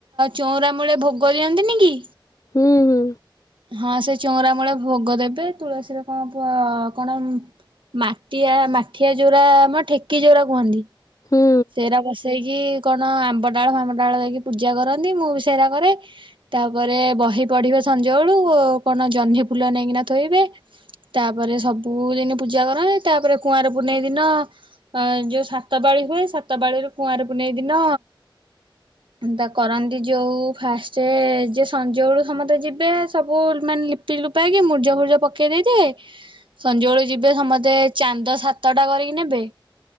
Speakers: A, on the right (about 70°); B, on the left (about 40°).
A: ଚଉଁରା ମୂଳେ ଭୋଗ ଦିଅନ୍ତିନି କି?
B: ହୁଁ ହୁଁ।
A: ହଁ ସେ ଚଉୁର ମୂଳେ ଭୋଗ ଦେବେ ତୁଳସୀରେ କଣ କଣ ମାଠଆ ମାଠିଆ ଜୋରା ଆମର ଠେକି ଯୋରା କୁହନ୍ତି
B: ହୁଁ
A: ସେରା ବସେଇକି କଣ ଆମ୍ବ ଡାଳ ଫାମ ଡାଳ ଦେଇକି ପୂଜା କରନ୍ତି ମୁଁ ବି ସେରା କରେ ତାପରେ ବହି ପଢ଼ିବେ ସଞ୍ଜବେଳୁ କଣ ଜହ୍ନି ଫୁଲ ନେଇକିନା ଥୋଇବେ ତାପରେ ସବୁଦିନ ପୂଜା କର ତାପରେ କୁଆର ପୁନେଇ ଦିନ ଅ ଯୋଉ ସାତବାଳି ହୁଏ ସାତ ବାଳିରୁ କୁଆଁରକୁ ନେଇଦିନ ଏନ୍ତା କରନ୍ତି ଯୋଉ ଫାଷ୍ଟ ଯେ ସଞ୍ଜବେଳୁ ସମସ୍ତେ ଯିବେ ସବୁ ମାନେ ପୁ ଲିପି ଲିପକି ମୂର୍ଜ ଫୁଜ ପକେଇ ଦେଇଥିବେ ସଞ୍ଜବେଳେ ଯିବେ ସମସ୍ତେ ଚାନ୍ଦ ସ ସତଟା କରିକି ନେବେ